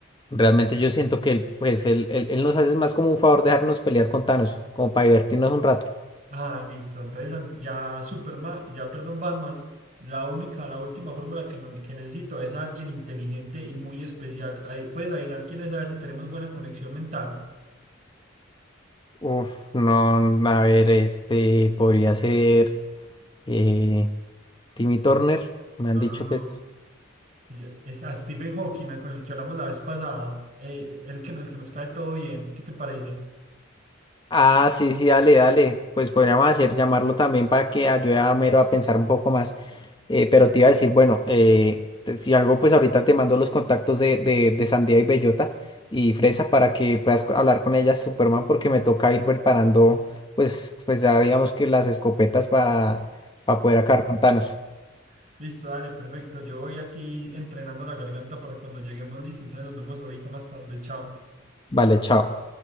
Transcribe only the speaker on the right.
Ah, listo. Entonces an- ya Superman, ya perdón, Batman, la única, la última fórmula que, no- que necesito es a alguien inteligente y muy especial. Ahí, puedes adivinar quién es, a ver si tenemos buena conexión mental.
No,
no, no.
Ya- Es a Stephen Hawking, al con el que hablamos la vez pasada, eh, el que, el que nos cae todo bien. ¿Qué te parece?
<laughs> Listo, dale, perfecto. Yo voy aquí entrenando la garganta para cuando lleguemos, listo. Entonces nos vemos ahorita más tarde. Chao.